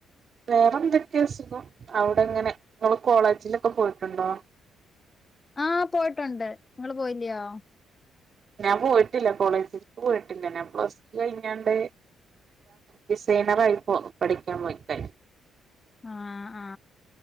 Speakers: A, on the right; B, on the left.
A: വേറെ എന്തൊക്കെ സുഖം, അവിടെ എങ്ങനെ ങ്ങള് കോളേജിലൊക്കെ പോയിട്ടുണ്ടോ
B: ആഹ് പോയിട്ടുണ്ട് നിങ്ങള് പോയില്ലയോ
A: ഞാൻ പോയിട്ടില്ല കോളേജിൽ ക്ക് പോയിട്ടില്ല, ഞാൻ പ്ലസ് ടു കഴിഞ്ഞാണ്ട് ഡിസൈനറ ആയി പോ പഠിക്കാൻ പോയ ക്കേനി
B: ആഹ് ആ